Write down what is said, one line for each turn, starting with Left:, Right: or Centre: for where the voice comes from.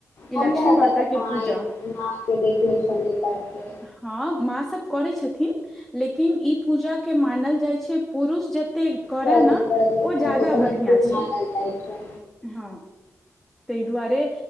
Centre: ई
Left: हमरा
Centre: लक्ष्मी
Left: एतऽ
Centre: माता
Left: तऽ
Centre: के
Left: माय
Centre: पूजा
Left: मायके देख लै छलै करते
Centre: हाँ माँ सब कह लेकिन इ पूजा के मानल जाइ छै पुरुष जते करय
Left: करे
Centre: ने
Left: करे
Centre: ओ
Left: तऽ
Centre: जादा
Left: ओतना
Centre: बढ़ियाॅं
Left: शुभ
Centre: छै
Left: मानल जाइ छै
Centre: हाँ तहि दुआरे